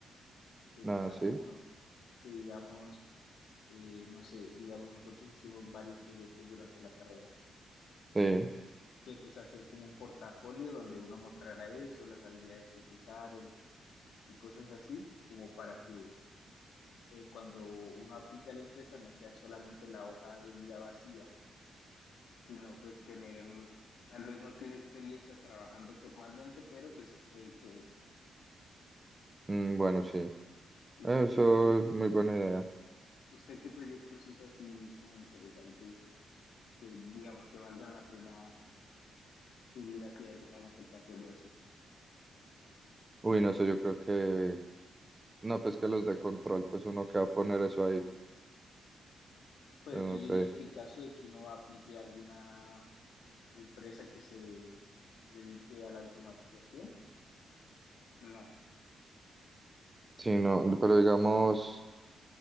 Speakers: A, on the left; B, on the right.
A: que digamos,
B: No, sí,
A: que digamos, eh, no sé, digamos, nosotros hicimos varios proyectos durante la carrera
B: sí,
A: que pues hacer como un portafolio donde uno mostrara eso, las habilidades que se usaron y cosas así, como para que eh, cuando uno aplica a la empresa no sea solamente la hoja de vida vacía, sino pues tener, tal vez no tiene experiencia trabajando formalmente, pero pues he hecho esto.
B: Mm, bueno, sí. Eh,
A: ¿Usted
B: Eso
A: qué proyecto,
B: es muy buena idea.
A: usted qué proyectos hizo así como interesantes que digamos que valgan la pena subir hacia eso, a un portafolio así?
B: Uy, no sé, yo creo que... No, pues que los de control, pues uno que va a poner eso ahí,
A: Pues
B: pues no
A: yo diría
B: sé.
A: que en caso de que uno aplique alguna empresa que se dedique a la automatización. No.
B: Sí, no, pero digamos...